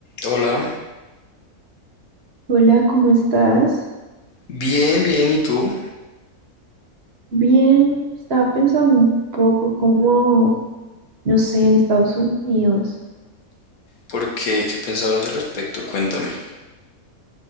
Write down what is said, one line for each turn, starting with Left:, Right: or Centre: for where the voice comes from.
Left: Hola,
Right: Hola, ¿cómo estás?
Left: bien, bien, ¿y tú?
Right: Bien, estaba pensando un poco como, no sé, en Estados Unidos.
Left: ¿Por qué? ¿Qué pensabas al respecto? Cuéntame.